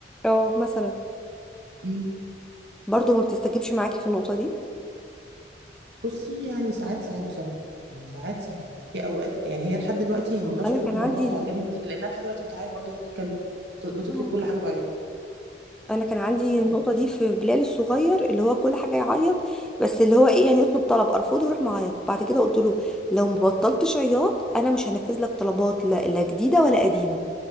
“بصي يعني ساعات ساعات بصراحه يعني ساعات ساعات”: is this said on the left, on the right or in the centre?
Right